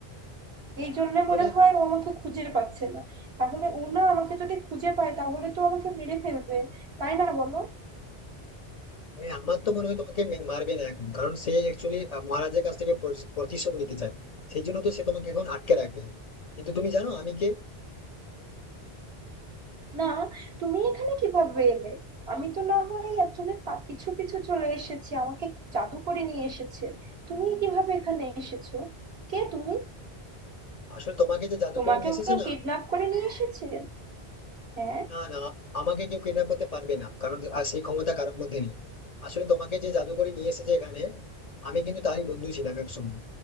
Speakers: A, on the right; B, on the left.
A: এই জন্য
B: তাহলে
A: মনে হয় ও আমাকে খুঁজে পাচ্ছে না তাহলে ও না আমাকে যদি খুঁজে পায় তাহলে তো আমাকে মেরে ফেলবে তাই না বলো
B: এ, আমার তো মনে হয় তোমাকে মে- মারবে না এখন কারণ সে অ্যাকচুয়ালি মহারাজের কাছ থেকে পরি- প্রতিশোধ নিতে চায় সেই জন্য তো সে তোমাকে এখন আটকে রাখবে কিন্তু তুমি জানো আমি কে
A: না তুমি এখানে কিভাবে এলে আমি তো না হয় একজনের পা- পিছু পিছু চলে এসেছি আমাকে জাদু করে নিয়ে এসেছে তুমি কিভাবে এখানে এসেছো কে তুমি
B: আসলে তোমাকে যে জাদু
A: তোমাকেও
B: করে নিয়ে এসেছে
A: কেউ
B: না
A: কিডন্যাপ করে নিয়ে এসেছে হ্যাঁ
B: না, না, আমাকে কেউ কিডন্যাপ করতে পারবে না। কারণ আ সেই ক্ষমতা কারোর মধ্যে নেই। আসলে তোমাকে যে জাদু করে নিয়ে এসেছে এখানে, আমি কিন্তু তারই বন্ধু ছিলাম একসময়।